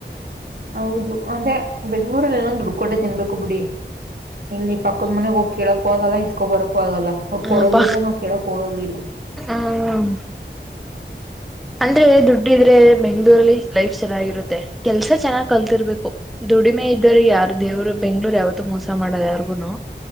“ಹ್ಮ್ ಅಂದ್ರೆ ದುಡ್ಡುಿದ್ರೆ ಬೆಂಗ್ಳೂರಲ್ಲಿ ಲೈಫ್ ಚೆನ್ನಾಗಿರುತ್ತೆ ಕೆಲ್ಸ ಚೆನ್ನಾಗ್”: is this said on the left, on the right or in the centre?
Centre